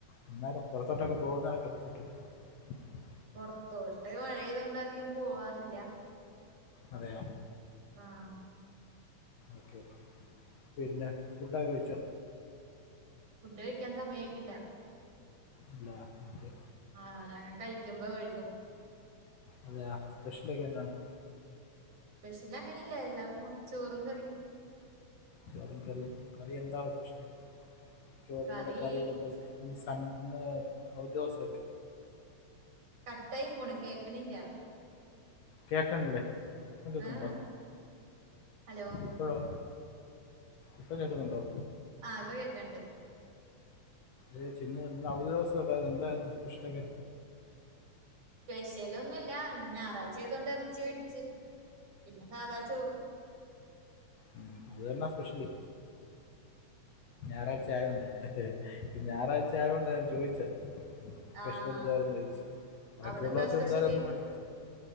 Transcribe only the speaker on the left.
അന്നേരം പുറത്തോട്ടൊക്കെ പോകുന്നോരൊക്കെ <unintelligible>
അതെ
ഓക്കെ പിന്നെ ഫുഡൊക്കെ കഴിച്ചോ
ഇല്ലാ എന്തെ
അതെയാ സ്പെഷ്യലൊക്കെ എന്താണ്
ചോറും കറിയും കറി എന്താണ് സ്പെഷ്യല് ചോറിന്റെ
കൂടെ കറികള് എന്തത് ഇന്ന് സൺ‌ഡേ അവധി ദെവസല്ലേ
കേക്കണ്ല്ലേ അതൊക്കണ്ടൊ
ഇപ്പയൊ ഇപ്പ കേക്കുന്നുണ്ടോ
ഏയ്‌ ചിന്നു ഇന്ന് അവധി ദെവസ അല്ലാരുന്നോ എന്തായിരുന്നു സ്പെഷ്യലൊക്കെ
ഉം അതുതന്നാ സ്പെഷ്യല് ഞായറാഴ്ച്ച ആയോണ്ട് ഈ ഞായറാഴ്ച്ച ആയോണ്ടെ ചോയിച്ചെ സ്പെഷ്യല്
എന്തായിരുന്നുയെന്ന് ചോയിച്ചെ ബാക്കിയുള്ള
ദെവസം
എന്തായാലും അതന്നെ മതി